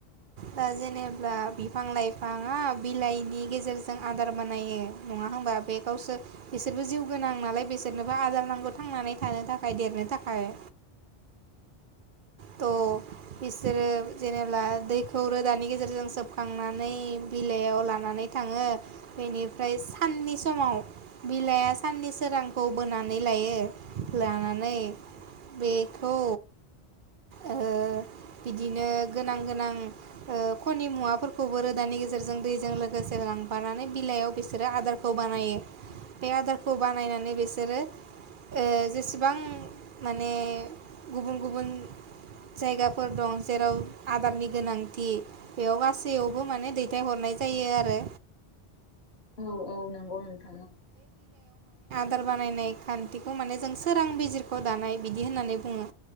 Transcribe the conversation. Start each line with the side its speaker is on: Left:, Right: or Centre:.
Right: दा जेनेब्ला बिफां लाइफाङा बिलाइनि गेजेरजों आदार बानायो नङा होनबा बे गावसोर बिसोरबो जिउ गोनां नालाय बिसोरनोबो आदार नांगौ थांनानै थानो थाखाय देरनो थाखाय। थ' बिसोरो जेनेब्ला दैखौ रोदानि गेजेरजों सोबखांनानै बिलाइयाव लानानै थाङो बेनिफ्राय साननि समाव बिलाइया साननि सोरांखौ बोनानै लायो लानानै बेखौ ओ बिदिनो गोनां गोनां ओ खनि मुवाफोरखौबो रोदानि गेजेरजों दैजों लोगोसे लांफानानै बिलाइयाव बिसोरो आदारखौ बानायो बे आदारखौ बानायनानै बिसोरो ओ जेसेबां माने गुबुन गुबुन जायगाफोर दं जेराव आदारनि गोनांथि बेयाव गासैयावबो माने दैथायहरनाय जायो आरो।
Left: औ। औ नोंगौ नोंथां ओं।
Right: दार बानायनाय खान्थिखौ माने जों सोरां बिजिरख' दानाय बिदि होननानै बुङो।